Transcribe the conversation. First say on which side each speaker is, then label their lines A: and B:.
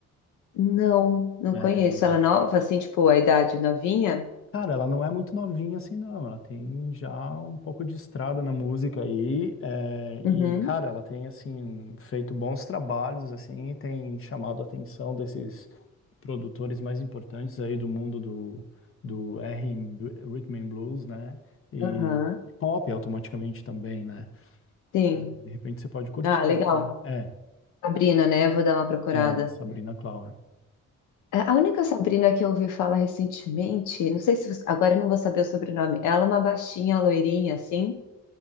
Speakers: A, on the left; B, on the left.
A: Não, não
B: né?
A: conheço. Ela é nova, assim, tipo, a idade novinha?
B: Cara, ela não é muito novinha assim, não. Ela tem já um pouco de estrada na música aí. é, e,
A: Uhum.
B: cara, ela tem, assim, feito bons trabalhos, assim, e tem chamado a atenção desses produtores mais importantes aí do mundo do, do R R&B, Rhythm and Blues, né? E,
A: Aham.
B: e pop automaticamente também, né?
A: Sim.
B: E, de repente você pode curtir,
A: Ah, legal.
B: assim. É,
A: Sabrina, né? Eu vou dar uma procurada.
B: é, Sabrina Claudio.
A: É, A única Sabrina que eu ouvi falar recentemente, não sei se você- agora eu não vou saber o sobrenome. Ela é uma baixinha, loirinha, assim.